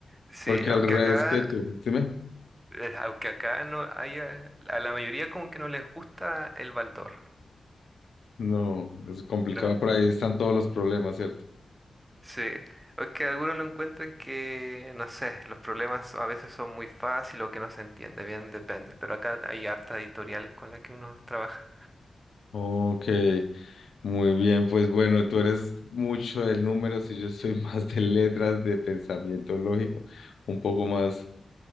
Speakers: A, on the right (about 15°); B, on the left (about 80°).
A: Sí,
B: Porque
A: aunque
B: al revés
A: acá,
B: que tú, dime.
A: eh, aunque acá no haya, a la mayoría como que no les gusta el Baldor.
B: No, es complicado,
A: No.
B: por ahí están todos los problemas, ¿cierto?
A: Sí, o que algunos lo encuentran que, no sé, los problemas a veces son muy fáciles o que no se entiende, bien depende, pero acá hay hartas editoriales con las que uno trabaja.
B: Ok, muy bien, pues bueno, tú eres mucho de números y yo soy <laughs> más de letras, de pensamiento lógico, un poco más.